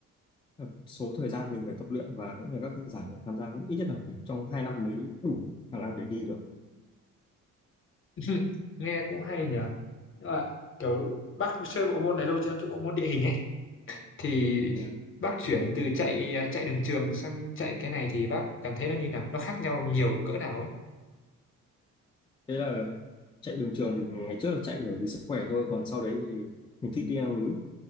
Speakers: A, on the left; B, on the left.
A: ờ, số thời gian mình phải tập luyện và cũng như các cái giải mình tham gia cũng ít nhất là phải trong 2 năm mới đủ khả năng để đi được
B: <laughs> Nghe cũng hay nhở. Nhưng mà kiểu bác chơi bộ môn này lâu chưa? Cái bộ môn địa hình ấy thì
A: Yeah.
B: bác chuyển từ chạy à, chạy đường trường sang chạy cái này thì bác cảm thấy nó như thế nào? Nó khác nhau nhiều cỡ nào ấy?
A: thế là chạy đường trường thì ngày trước là chạy bởi vì sức khỏe thôi còn sau đấy thì mình thích đi leo núi